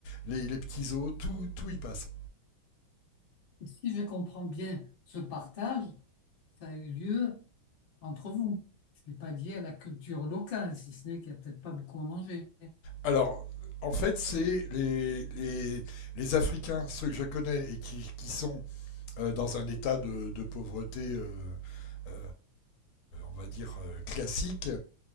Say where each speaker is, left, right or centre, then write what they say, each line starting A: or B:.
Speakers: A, on the left; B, on the left.
A: les, les petits os, tout, tout y passe.
B: Et si je comprends bien, ce partage, ça a eu lieu entre vous. Ce n'est pas lié à la culture locale, si ce n'est qu'il n'y a peut-être pas beaucoup à manger.
A: Alors, en fait, c'est les, les, les Africains, ceux que je connais et qui, qui sont euh, dans un état de, de pauvreté, euh, euh, on va dire, euh, classique,